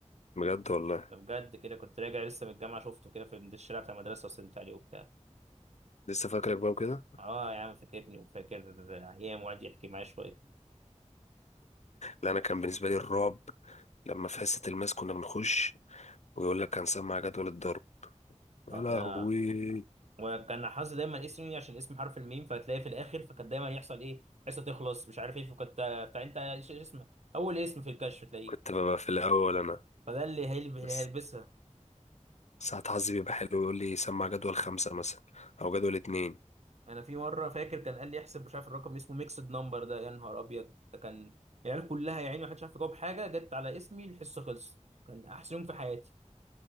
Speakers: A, on the left; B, on the right.
A: بجد والله
B: ده بجد كده كنت راجع لسه من الجامعه شفته كده في من الشارع بتاع المدرسه وسلمت عليه وبتاع
A: لسه فاكرك بقى وكده
B: اه يا عم فاكرني وفاكر ايام وقعد يحكي معايا شويه
A: لا انا كان بالنسبة لي الرعب لما في حصة الماس كنا بنخش ويقول لك هنسمع جدول الضرب يا
B: آه،
A: لهوي
B: وكان حاطط دايما اسمي عشان اسم حرف الميم فهتلاقيه في الاخر فكان دايما يحصل ايه حصه تخلص مش عارف ايه فكنت بتاع انت ايش اسمك اول اسم في الكشف تلاقيه
A: كنت ببقى في الأول أنا
B: فده اللي هيل- اللي
A: بس
B: هيلبسها
A: ساعات حظي بيبقى حلو يقول لي سمع جدول خمسة مثلا أو جدول اتنين
B: انا في مره فاكر كان قال لي احسب مش عارف الرقم اسمه ميكسد نمبر ده يا نهار ابيض ده كان العيال كلها يا عيني ما حدش عارف يجاوب حاجه جت على اسمي الحصه خلصت كان احسن يوم في حياتي